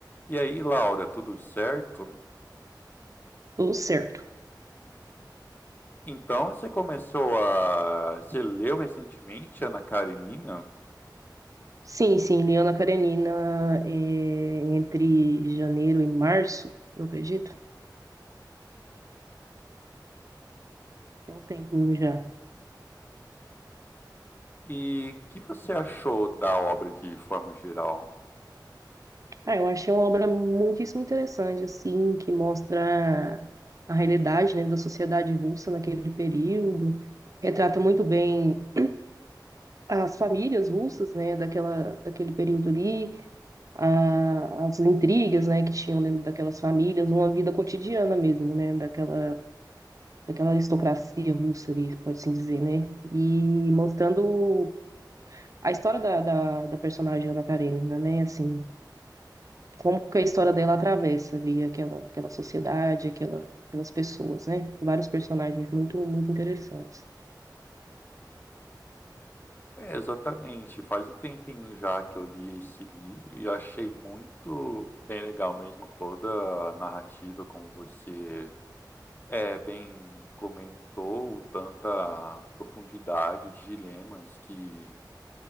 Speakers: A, on the left (about 25°); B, on the right (about 45°).
A: E aí, Laura, tudo certo?
B: Tudo certo.
A: Então, você começou a. Você leu recentemente Ana Karenina?
B: Sim, sim, Liana Karenina, é, entre janeiro e março, eu acredito, tem um tempinho já.
A: E o que você achou da obra de forma geral?
B: Ah, eu achei uma obra muitíssimo interessante, assim, que mostra a realidade, né, da sociedade russa naquele período, retrata muito bem as famílias russas, né, daquela, daquele período ali, a- as intrigas, né, que tinham dentro daquelas famílias, uma vida cotidiana mesmo, né, daquela daquela aristocracia russa ali, pode-se dizer, né? E mostrando a história da, da, da personagem Ana Karenina, né? Assim, como que a história dela atravessa ali aquela, aquela sociedade, aquela, aquelas pessoas, né? Vários personagens muito, muito interessantes.
A: É, exatamente. Faz um tempinho já que eu li esse livro e achei muito bem legal mesmo toda a narrativa, como você é, bem comentou, tanta profundidade de dilemas que